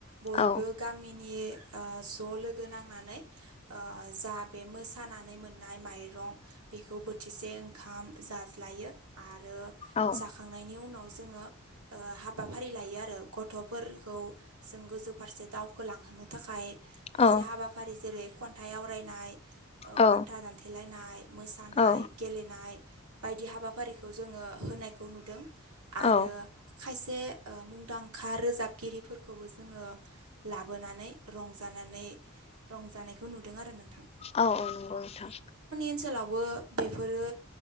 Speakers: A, on the right (about 85°); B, on the left (about 30°).
A: बयबो
B: औ
A: गामिनि ओ ज' लोगो नांनानै जा बे मोसानानै मोननाय माइरं बेखौ बोथिसे ओंखाम जाज्लायो आरो आरो
B: औ
A: जाखांनायनि उनाव जोङो ओ‌ हाबाफारि लायो। आरो गथ'फोरखौ जों गोजौ फारसे दावखोलांहोनो थाखाय खायसे
B: औ
A: हाबाफारि जेरै खन्थाइ आवरायनाय
B: औ
A: बाथ्रा दानथेलायनाय मोसानाय
B: औ
A: गेलेनाय बायदि हाबा हाबाफारिखौ जोङो होनायखौ नुदों आरो
B: औ
A: खायसे मुंदांखा रोजाबगिरिफोरखौबो जोङो लाबोनानै। रंजानानै रंजानायखौ नुदों आरो नोंथां।
B: औ औ नंगौ नोंथां
A: ओनसोलावबो बेफोरो